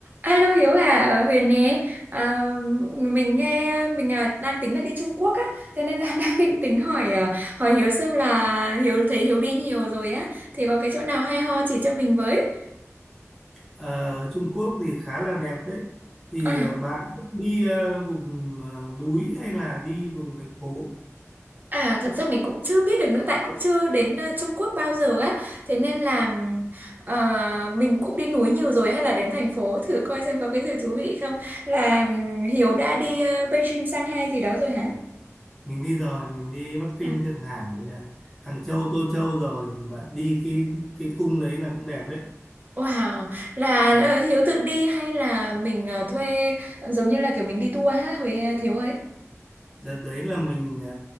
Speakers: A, on the right; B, in the centre.
A: Alo Hiếu à, Huyền nè, à, mình nghe mình à, đang tính là đi Trung Quốc á, thế nên là <laughs> đang định tính hỏi à, hỏi Hiếu xem là Hiếu thấy Hiếu đi nhiều rồi á, thì có cái chỗ nào hay ho chỉ cho mình với.
B: Ờ, Trung Quốc thì khá là đẹp đấy thì
A: À,
B: ờ, bạn thích đi ờ, vùng ờ, núi hay là đi vùng thành phố
A: à thật ra mình cũng chưa biết được nữa, tại cũng chưa đến à, Trung Quốc bao giờ á, thế nên là ừm, à, mình cũng đi núi nhiều rồi hay là đến thành phố thử coi xem có cái gì thú vị không. Là ừm, Hiếu đã đi à, Beijing, Shanghai gì đó rồi hả?
B: mình đi rồi mình đi Bắc Kinh
A: À.
B: Thượng Hải ờ, Hàng Châu Tô Châu rồi thì bạn đi cái cái cung đấy là cũng đẹp đấy
A: Wow, là
B: Ừ.
A: ờ, Hiếu tự đi hay là mình ờ, thuê ờ, giống như là kiểu mình đi tour ha Huế ờ, Thiếu ấy.
B: đợt đấy là mình ờ,